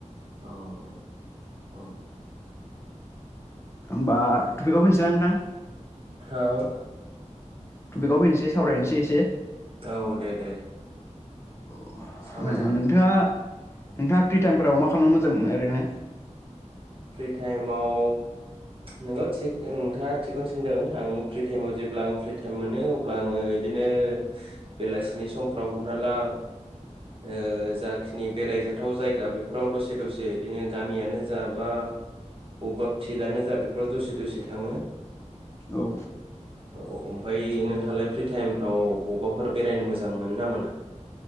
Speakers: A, on the right; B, on the left.
A: अह ओं।
B: ओमबा टपिकाव फैनोस जांदां।
A: औ।
B: टपिकआव फैनोसै सावरायनोसै एसे
A: औ दे दे।
B: अ
A: सावरायजागोन
B: ओ ओ नोंथाङा - नोंथाङा फ्रि टाइमफोराव मा खामनो मोजां मोनो ओरैनो?
A: फ्रि टाइमाव नोंगौ थिग नोंथाङा थिगखौनो सोंदों आं फ्रि टाइमाव जेब्ला आं फ्रि टाइम मोनो अब्ला आङो इदिनो बेलासिनि समफ्राव हमना ला ओ जाखिनि बेरायजाथाव जायगा बेफोराव दसे दसे इदिनो गामियानो जा बा बबेबा फिलानो जा बेफोराव दसे दसे थाङो।
B: औ।
A: औ ओमफ्राय नोंथाङालाय फ्रि टाइमफ्राव बबेबाफोर बेरायनो मोजां मोनो ना मोना?